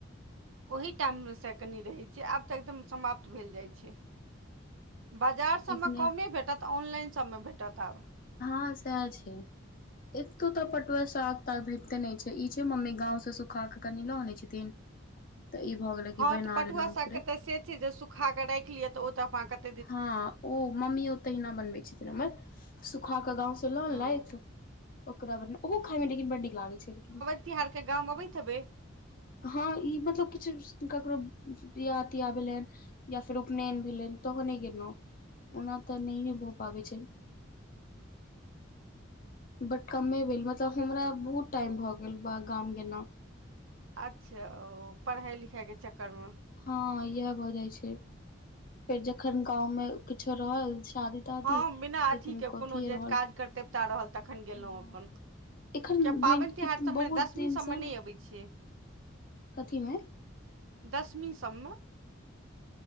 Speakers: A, on the right; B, on the left.
A: ओहि टाइम मेसँ कनि रहै छय आब तऽ एकदम समाप्त भेल जाइ छय बाजार सबमे
B: एखने
A: कमे भेटत ऑनलाइन सबमे भेटत आब
B: ह सैह छय एतउ त पटुआ साग ताग भेट तो नहि छै ई छै मम्मी गााँव से सुखा क कनि ल आनै छथिन त ई भ गेलै
A: हँ
B: कि बना
A: तऽ पटुआ
B: लेलौ ओकरे
A: सागके से चीज सु खा राखि लिअ ओ त पाकत
B: हँ ओ मम्मीओ तहिना बनबे छथिन हमर सूखा क गांव स ल
A: हँ
B: अनलैथ ओकरा बनेल ओहो खाइ में लेकिन बड़ नीक लागै छय
A: तिहार के गाम अबैत हेबय
B: हँ ई मतलब किछु ककरो बियाह तियाह भेलैन या फेर उपनयन भेलय तहने गेन्नौं ओना त नहिये भ पाबै छय बट कमे भेल, मतलब हमरा बहुत टाइम भ गेल ब गाम गेला।
A: अच्छा ओ पढ़ाइ -लिखाइ के चक्कर मे।
B: हँ इह भऽ जाय छय, फेर जखन गांव मे किछो रहल। शादी- तादी,
A: हँ बिना
B: लेकिन
A: अथीके
B: कथिये
A: कोनो जे
B: रहल
A: काज करतेवता रहल तखन गेलहुँ
B: हँ।
A: अपन
B: एखन
A: किया
B: ब्लेनकिट
A: पाबनि तिहार
B: में
A: सभमे
B: बहुत
A: दशमी
B: दिनसँ,
A: सभमे नहि अबै छियै
B: कथी मे?
A: दशमी सब में।